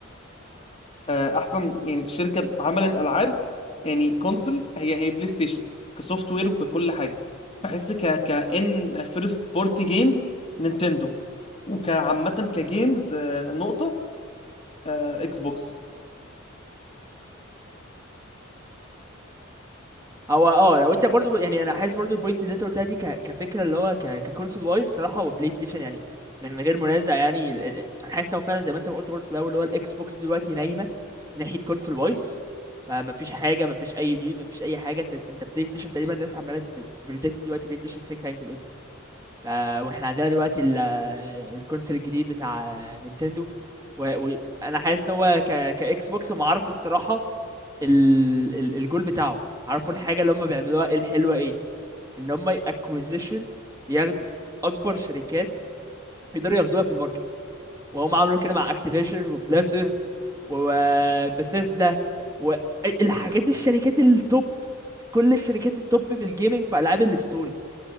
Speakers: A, on the left; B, on the right.
A: آه، احسن يعني شركه عملت العاب يعني كونسول هي هي بلاي ستيشن كسوفت وير وككل حاجه بحس ك كان فيرست بورتي جيمز نينتندو وكعامه كجيمز آه، نقطه آه، اكس بوكس
B: هو اه لو انت برضو يعني انا حاسس برضو البوينت اللي انت قلتها دي ك... كفكره اللي هو ك... ككونسول وايز صراحه وبلاي ستيشن يعني من غير منازع يعني ال... ال... انا حاسس هو فعلا زي ما انت ما قلت برضو في الاول اللي هو الاكس بوكس دلوقتي نايمه ناحيه كونسول وايز ما ما فيش حاجه ما فيش اي نيوز ما فيش اي حاجه انت انت بلاي ستيشن تقريبا الناس عماله تبريدكت دلوقتي بلاي ستيشن 6 هينزل امتى ف واحنا عندنا دلوقتي ال... الكونسول الجديد بتاع نينتندو وانا و... و- أنا حاسس ان هو ك... كاكس بوكس هم عرفوا الصراحه ال... ال... الجول بتاعهم عارفوا الحاجة اللي هم بيعملوها إيه الحلوة ايه ان هم اكوزيشن ياخدوا اكبر شركات يقدروا ياخدوها في الماركت وهم عملوا كده مع اكتيفيشن وبليزرد وبثيسدا والحاجات الشركات التوب كل الشركات التوب في الجيمنج في العاب الستوري